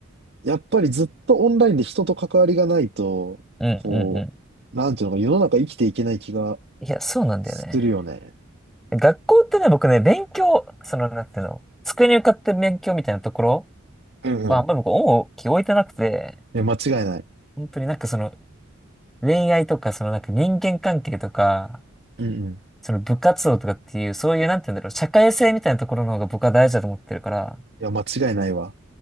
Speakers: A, on the right; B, in the centre.
A: やっぱりずっとオンラインで人と関わりがないと、
B: う。うんうんうん。
A: こう、なんていうのか、世の中生きていけない気が
B: いや、そうなんだよね。
A: するよね。
B: 学校ってね、僕ね、勉強、その、なんていうの、机に向かって勉強みたいなところ
A: うんうん。
B: は、あんまり僕、
A: い
B: 重きを置いてなくて、
A: や、間違いない。
B: 本当になんかその、恋愛とか、そのなんか人間関係とか、
A: うんうん。い
B: その部活動とかっていう、そういう、なんていうんだろう、社会性みたいなところの方が僕は大事だと思ってるから、
A: や、間違いないわ。